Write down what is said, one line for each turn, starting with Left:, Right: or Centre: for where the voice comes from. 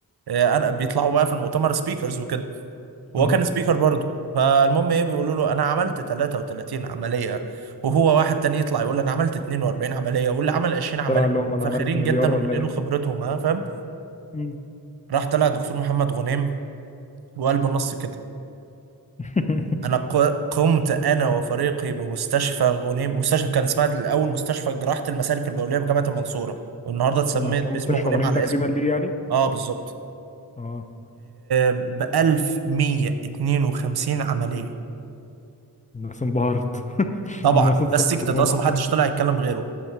Right: آه، انا بيطلعوا بقى في المؤتمر سبيكرز وكده وهو
Left: اهو
Right: كان سبيكر برضه فالمهم ايه بيقولوا له انا عملت 33 عمليه وهو واحد تاني يطلع يقول انا عملت 42 عمليه واللي عمل 20 عمليه
Left: طلع لهم انا
Right: فاخرين
Left: عملت مليار
Right: جدا
Left: ولا
Right: وبينقلوا
Left: ايه
Right: خبرتهم ها فاهم
Left: مم.
Right: راح طلع دكتور محمد غنيم وقال بالنص كده
Left: <laughs>
Right: انا ق- قمت انا وفريقي بمستشفى غنيم مستشفى كان اسمها الاول مستشفى جراحه المسالك البوليه بجامعه المنصوره والنهارده اتسمت
Left: هم عملوا
Right: باسم
Left: مستشفى
Right: غنيم
Left: غنيم
Right: على
Left: تكريما
Right: اسمي
Left: ليه يعني
Right: اه بالظبط
Left: اه
Right: ب 1152 عمليه
Left: الناس انبهرت <laughs>
Right: طبعا
Left: الناس
Right: ده
Left: اتصلت
Right: السكت
Left: من
Right: اصلا
Left: الرقم
Right: محدش طلع يتكلم غيره